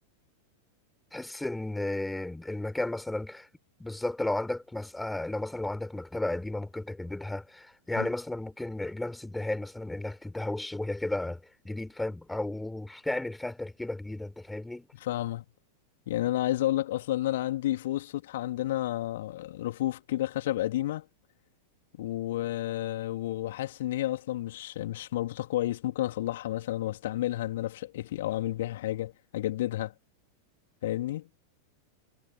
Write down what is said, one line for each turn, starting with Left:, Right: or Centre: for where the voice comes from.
Centre: تحس ان المكان مثلا بالظبط لو عندك مسألة لو مثلا لو عندك مكتبة قديمة ممكن تجددها يعني
Left: أمم.
Centre: مثلا ممكن لمس الدهان مثلا انك تديها وش وهي كده جديد فاهم او تعمل فيها تركيبة جديدة انت فاهمني
Left: فاهمك يعني انا عايز اقول لك اصلا ان انا عندي فوق السطح عندنا رفوف كده خشب قديمه و- وحاسس ان هي اصلا مش مش مربوطه كويس ممكن اصلحها مثلا واستعملها ان انا في شقتي او اعمل بيها حاجه اجددها فاهمني